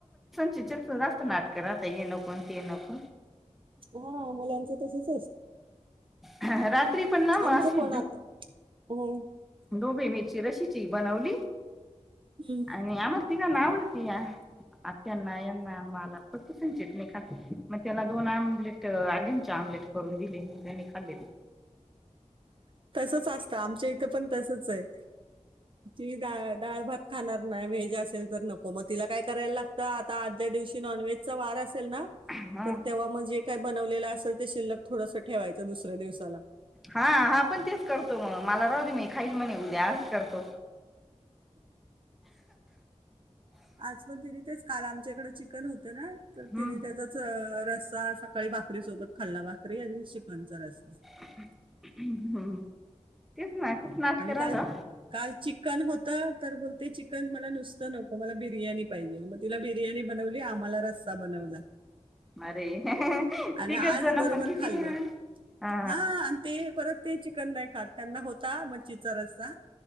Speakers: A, in the centre; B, on the right (about 45°).
A: शक जास्त नाटक आता ये नको ते नको
B: हा मुलांच तसच
A: ह रात्री पण ना माशीि
B: आमचं पण आता हो
A: डोबी मिरची रशीची बनवली
B: हम्म.
A: आणि <unintelligible> या आत्यांना यांना माला फक्त संचित नाही खात मग त्याला दोन आमलेट अंड्याचे आमलेट करून दिले मग त्यांनी खाल्ले ते.
B: तसच असतं आमच्या इथं पण तसच आहे ती डाळ भात खाणार नाय व्हेज असेल तर नको मग तिला काय करायला लागतं आता आदल्या दिवशी नॉनव्हेजचा वार असेल ना
A: हा
B: तर तेव्हा मग जे काय बनवलेलं असेल ते शिल्लक थोडस ठेवायचं दुसऱ्या दिवसाला.
A: हा हा पण करतो मग मला राहूदे खाईल म्हणे उद्याच करतो.
B: आज पण तिनी तेच काल आमच्याकडं चिकन होत. ना तर
A: हम्म
B: तिने त्याचाच. रस्सा सकाळी भाकरी सोबत खाल्ला भाकरी आणि चिकनचा रस्सा
A: हम्म हम्म तेच ना. खूप नाटक
B: आणि काल-
A: राहता.
B: काल चिकन होत तर बोलते चिकन मला नुसतं न को. मला बिर्याणी पाहिजे मग तिला बि र्याणी बनवली. आम्हाला रस्सा बनवला
A: अरे
B: आणि
A: तिघच
B: आज
A: जण
B: बरोबर
A: पण किती
B: खाल्लं
A: हे. हा
B: हा ते परत ते चिकन नाही खात त्यांना होता चा रस्सा-